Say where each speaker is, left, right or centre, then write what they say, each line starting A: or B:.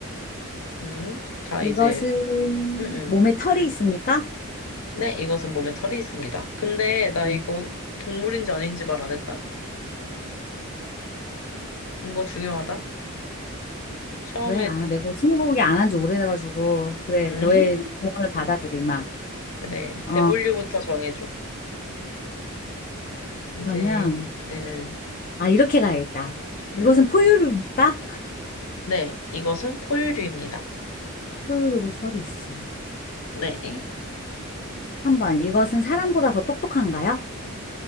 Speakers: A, on the left (about 75°); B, on the left (about 35°).
A: 음, 자,
B: 이것은
A: 이제, 음, 음.
B: 몸에 털이 있습니까?
A: 네, 이것은 몸에 털이 있습니다. 근데 나
B: 음.
A: 이거 동물인지 아닌지 말 안 했다? 이거 중요하다. 처음에,
B: 왜? 아, 내가 스무고개 안 한 지 오래돼가지고. 그래,
A: 음,
B: 너의
A: <laughs>
B: 조언을 받아들이마.
A: 그래.
B: 어,
A: 대분류부터 정해줘. 이제,
B: 그러면,
A: 음,
B: 아, 이렇게 가야겠다.
A: 음.
B: 이것은
A: 음?
B: 포유류입니까?
A: 네, 이것은 포유류입니다.
B: 포유류고 털이 있어.
A: 네.
B: 3번, 이것은 사람보다 더 똑똑한가요?